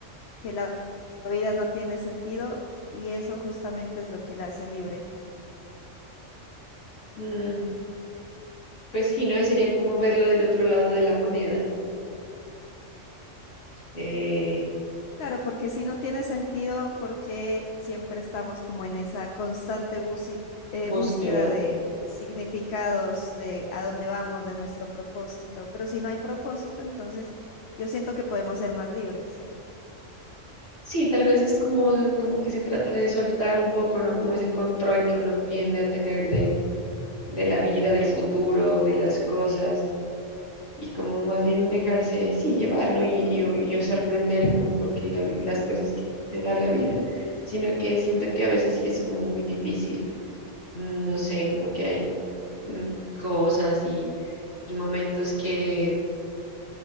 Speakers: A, on the left; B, on the left.
A: que la vida no tiene sentido y eso justamente es lo que la hace libre.
B: Mm, pues sí, ¿no? Sería como verlo del otro lado de la moneda. Eh,
A: Claro, porque si no tiene sentido, porque siempre estamos como en esa constante busi- eh,
B: búsqueda.
A: búsqueda de significados, de a dónde vamos, de nuestro propósito. Pero si no hay propósito, entonces yo siento que podemos ser más libres.
B: Sí, tal vez es como, como que se trata de soltar un poco, ¿no? Como ese control que uno tiende a tener de, de la vida, del futuro, de las cosas, y como más bien dejarse, sí, llevar, ¿no? Y, y, y sorprender como porque la vi- las cosas que te da la vida, sino que siento que a veces sí es como muy difícil, mm, no sé, como que hay mm, cosas y, y momentos que,